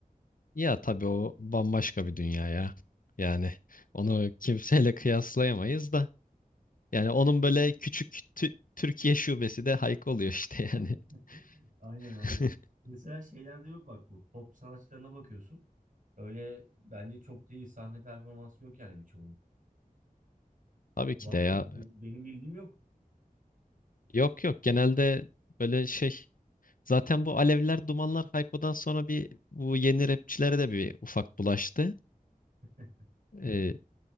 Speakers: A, on the left; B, on the right.
A: Ya tabii o bambaşka bir dünya ya. Yani onu kimseyle kıyaslayamayız da. Yani onun böyle küçük Tü- Türkiye şubesi de Hayko oluyor işte yani.
B: <laughs> Aynen
A: <laughs>
B: aynen. Mesela şeylerde yok bak bu. Pop sanatçılarına bakıyorsun. Öyle bence çok değil sahne performansı yok yani birçoğunun.
A: Tabii ki
B: Var
A: de
B: mı?
A: ya.
B: Benim bildiğim yok.
A: Yok yok genelde böyle şey. Zaten bu Alevler Dumanlar Hayko'dan sonra bir bu yeni rapçilere de bir ufak bulaştı.
B: <laughs>
A: Ee,